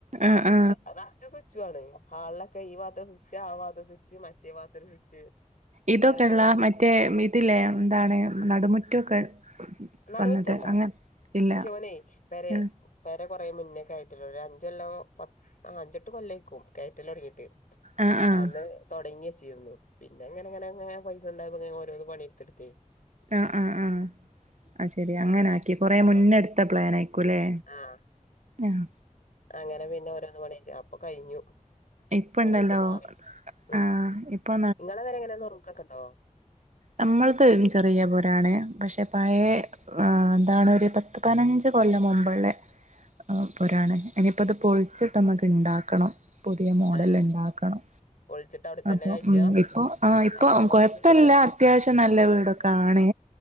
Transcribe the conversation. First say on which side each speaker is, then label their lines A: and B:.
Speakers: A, on the right; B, on the left.
A: ആഹ് ആഹ്
B: അത് അസ് സുച്ചു ആണ് ഹാളൊക്കെ ഈ വാത്തെ സുച്ച് ആഹ് വാത്തെ സുച്ച് മ മറ്റേ <unintelligible> സ്വിച്ച്
A: ഇതൊക്കെള്ള
B: അങ്ങനെ കുറേ
A: മറ്റേ
B: സ്വിച്ച് ബോർഡ്ണ്ട്
A: ഇതില്ലേ എന്താണ് നടുമുറ്റൊക്കെ
B: നടുമുറ്റല്ല
A: വന്നിട്ട് അങ്ങ ഇല്ല
B: പക്ഷെ ഒന് പേരെ
A: ആഹ്
B: പെരെ കുറേ മുന്നേക്കെ ആയിട്ടുള്ള അഞ്ചൊല്ലോ പത്ത് അഞ്ചെട്ട് കൊല്ലയ്ക്കു. കയറ്റല് തുടങ്ങിട്ട്
A: ആഹ് ആഹ്
B: അന്ന് തൊടങ്ങി വച്ചിരുന്നു പിന്നെങ്ങനെങ്ങനെങ്ങനെ പൈസണ്ടായപ്പം ഓരോന്ന് പണിട്ത്ത്ട്ത്തെ
A: ആഹ് ആഹ് ആഹ് ആ ശരി അങ്ങനാ കൊറെ
B: ആഹ്
A: മുന്ന് എടുത്ത പ്ലൻ ആയിക്കുല്ലേ,
B: ആഹ്
A: ഉം
B: അങ്ങനെ പിന്നെ ഓരോന്ന് പണിയിച്ച് അപ്പൊ കഴിഞ്ഞു.
A: ഇപ്പണ്ടല്ലോ
B: ഓല് അയിക്ക് മാറി ഉം
A: ആഹ് ഇപ്പൊ
B: നിങ്ങളെ പേര എങ്ങനെയ നുറുക്കൊക്കെ ഉണ്ടോ
A: നമ്മൾ തും ചെറിയ പോരാണ് പക്ഷെ പഴയ എന്താണ് ഒരു പത്ത് പതിനഞ്ച് കൊല്ലം മുമ്പുള്ള പൊരാണ് ഇനിപ്പ അത് പൊളിച്ചിട്ട് നമ്മക്ക് ഇണ്ടാക്കണം പുതിയ മോഡല്
B: ആഹ്
A: ഇണ്ടാക്കണം.
B: പൊളിച്ചിട്ട് അവിടെ തന്നെ
A: അപ്പൊ
B: കഴിക്കാ
A: ഉം ഇപ്പൊ ആ ഇപ്പൊ
B: അപ്പൊ നിങ്ങളെന്താ
A: കൊഴപ്പില്ല
B: ചെയ്യാ
A: അത്യ അത്യാവശ്യം നല്ല വീടൊകാണ്